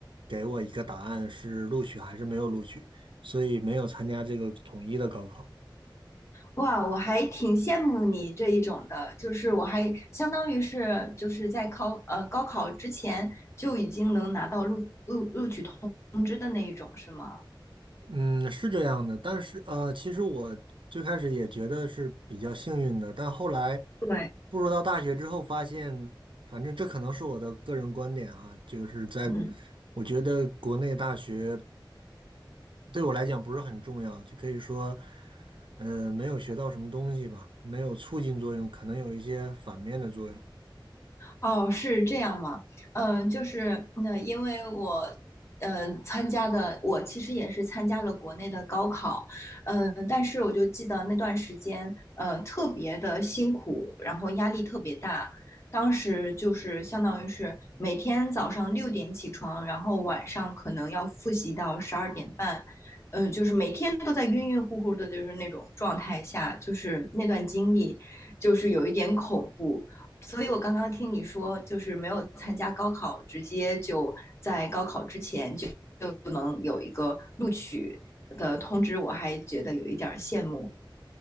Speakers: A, on the right; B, on the left.
A: 给我一个答案是录取还是没有录取，所以没有参加这个统一的高考。
B: 哇，我还挺羡慕你这一种的，就是我还相当于是就是在考呃高考之前就已经能拿到录录录取通知的那一种，是吗？
A: 嗯，是这样的，但是呃，其实我最开始也觉得是比较幸运的，但后来
B: 对。
A: 步入到大学之后，发现，反正这可能是我的个人观点啊，就是在
B: 嗯。
A: 我觉得国内大学对我来讲不是很重要，就可以说，呃，没有学到什么东西吧，没有促进作用，可能有一些反面的作用。
B: 哦，是这样吗？嗯、就是那、因为我，呃，参加的我其实也是参加了国内的高考，嗯、但是我就记得那段时间，呃，特别的辛苦，然后压力特别大。当时就是相当于是每天早上六点起床，然后晚上可能要复习到十二点半，嗯，就是每天都在晕晕乎乎的，就是那种状态下，就是那段经历，就是有一点恐怖。所以我刚刚听你说，就是没有参加高考，直接就在高考之前就就能有一个录取的通知，我还觉得有一点羡慕。